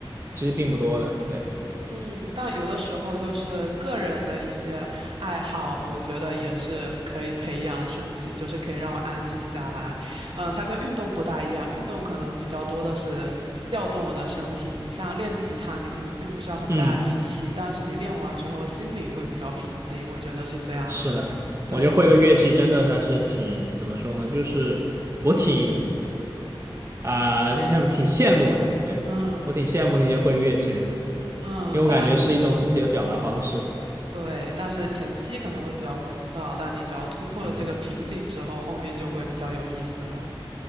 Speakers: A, on the right; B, on the right.
A: 其实并不多的。对，
B: 嗯，但有的时候就是个人的一些爱好，我觉得也是可以培养身心，就是可以让我安静下来。嗯，它跟运动不大一样，运动可能比较多的是调动我的身体。你像练吉他，你可能并不需要很大力气，
A: 嗯，
B: 但是你练完之后心灵会比较平静，我觉得是这样的。
A: 是的，
B: 对，
A: 我觉得会个乐器真的还是挺怎么说呢，就是我挺啊、那什么挺羡慕的，对我挺羡慕那些会乐器的人，
B: 嗯嗯，
A: 因为我感觉是一种自己的表达方式吧。
B: 但对，但是前期可能会比较枯燥，但你只要突破了这个瓶颈之后，
A: 嗯，
B: 后面就会比较有意思了。